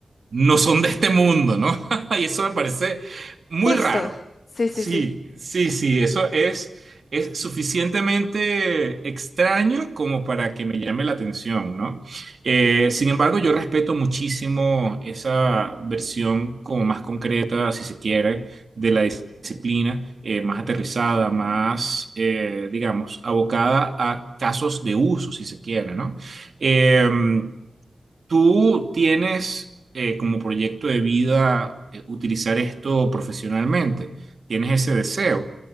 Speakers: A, on the right; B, on the left.
A: no son de este mundo, ¿no? <laughs> Y eso me parece muy
B: Justo.
A: raro.
B: Sí, sí,
A: Sí,
B: sí.
A: sí, sí, eso es, es suficientemente extraño como para que me llame la atención, ¿no? Eh, sin embargo, yo respeto muchísimo esa versión como más concreta, si se quiere, de la dis- disciplina, eh, más aterrizada, más, eh, digamos, abocada a casos de uso, si se quiere, ¿no? Em, ¿Tú tienes eh, como proyecto de vida eh, utilizar esto profesionalmente? ¿Tienes ese deseo?